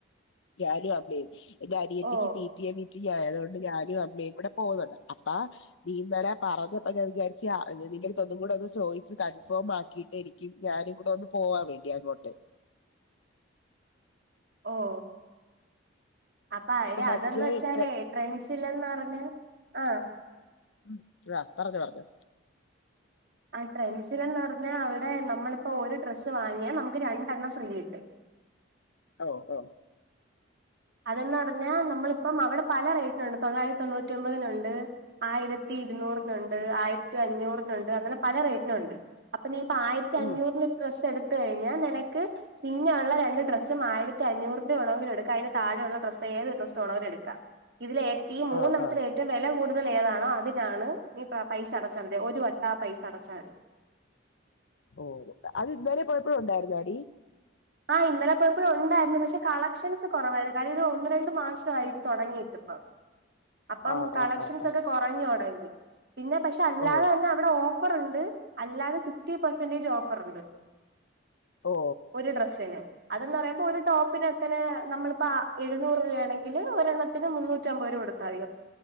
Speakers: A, on the left; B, on the right.
A: ഞാനു അമ്മയും എന്റെ അനിയത്തിക്ക്
B: ഓ
A: പി റ്റിയ മീറ്റിംഗ് ആയതോണ്ട് ഞാനും അമ്മയും കൂടെ പോന്നുണ്ട് അപ്പാ നീ ഇന്നലെ പറഞ്ഞപ്പ ഞാൻ വിചാരിച്ച് അ നിന്റെടുത്ത് ഒന്നും കൂടെ ഒന്ന് ചോയ്ച്ച് കൺഫോമാക്കിയിട്ട് നി ക്കിം ഞാനും കൂടെ ഒന്ന് പോവാവേണ്ടി അങ്ങോട്ട്
B: ഓഹ് അപ്പൊ യെടീ അതെന്ന്ച്ചാലേ
A: മറ്റേ ട്രെ-
B: ട്രെൻസിലെന്ന് പറഞ്ഞാ ആഹ്
A: ഉം അത്തറൊക്കെ പറഞ്ഞാർന്നു
B: ആഹ് ട്രെൻസില്ന്ന് പറഞ്ഞാൽ അവിടെ നമ്മളിപ്പോ ഒരു ഡ്രസ്സ് വാങ്ങിയാൽ നമുക്ക് രണ്ടെണ്ണം ഫ്രീ കിട്ടും
A: ഓ ഓ
B: അതന്ന് പറഞ്ഞാ നമ്മളിപ്പം അവടെ പല റേറ്റിനുണ്ട്, തൊള്ളായിരത്തി തൊണ്ണൂറ്റി ഒമ്പതിനുണ്ട്. ആയിരത്തി ഇരുന്നൂറിനുണ്ട് ആയിരത്തി അഞ്ഞൂറിനുണ്ട് അങ്ങനെ പല റേറ്റിനുണ്ട്. അപ്പൊ നീ ഇപ്പ ആയിരത്തി അഞ്ഞൂറിന്
A: ഉം
B: ഡ്രസ്സ് എടുത്ത് കഴിഞ്ഞാ നിനക്ക് പിന്നെയുള്ള രണ്ട് ഡ്രസ്സും ആയിരത്തി അഞ്ഞൂറിന്റെ വേണങ്കിലും എടുക്കാം അതി താഴെ ഉള്ള ഡ്രസ്സ് ഏത് ഡ്രസ്സ്‌ വേണേലും എടുക്കാം ഇതില് ഏറ്റ ഈ മൂന്നെണ്ണത്തില്
A: ആ ആ
B: ഏ ഏറ്റവും വില കൂടുതൽ ഏതാണോ അതിനാണ് നീ പ പൈസ അടച്ചാൽ മതി ഒരു വട്ടം ആ പൈസ അടച്ചാമതി.
A: ഓഹ് അത് ഇന്നലെ പോയപ്പഴും ഉണ്ടായിര്ന്നോടീ?
B: ആഹ് ഇന്നലെ പോയപ്പോഴും ഉണ്ടായിരുന്നു. പക്ഷെ കളക്ഷൻസ് കൊറവായിരുന്നു. കാര്യം ഇത് ഒന്ന് രണ്ടു മാസമായി ഇത് തൊടങ്ങിയിട്ട്. തെപ്പ അപ്പം
A: ആ
B: കളക്ഷൻസ്
A: ആ ആ ആ
B: ഒക്കെ കുറഞ്ഞോടങ്ങി പിന്നെ പക്ഷെ അല്ലാതന്നെ
A: ഓ
B: അവിടെ ഓഫ ഫർ ഇണ്ട്. അല്ലാതെ ഫിഫ്റ്റി പെർസെന്റേജ് ഓഫർ ഇണ്ട്.
A: ഓ
B: ഒരു ഡ്രസ്സിന് അതന്ന് പറയുമ്പോ ഒരു ടോപ്പിനെക്കനെ നമ്മളിപ്പോ, എഴുന്നൂറ് രൂപയാണെങ്കില്, ഒരെണ്ണത്തിന് മുന്നൂറ്റി അമ്പത് രൂപ കൊടുത്താതി.